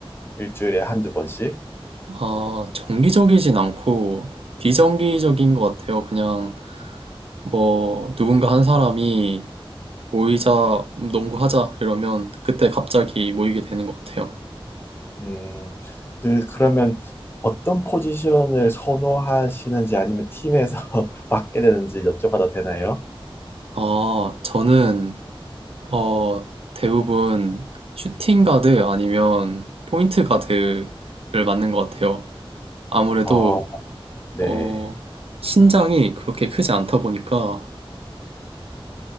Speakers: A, on the left; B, on the right.
A: 일주일에 한두 번씩?
B: 아, 정기적이진 않고, 비정기적인 것 같아요. 그냥 뭐, 누군가 한 사람이 모이자, 농구하자 이러면 그때 갑자기 모이게 되는 것 같아요.
A: 음, 그, 그러면 어떤 포지션을 선호하시는지 아니면 팀에서 <laughs> 맡게 되는지 여쭤봐도 되나요?
B: 아, 저는 어, 대부분 슈팅 가드 아니면 포인트 가드를 맞는 것 같아요. 아무래도
A: 아, 네.
B: 어, 신장이 그렇게 크지 않다 보니까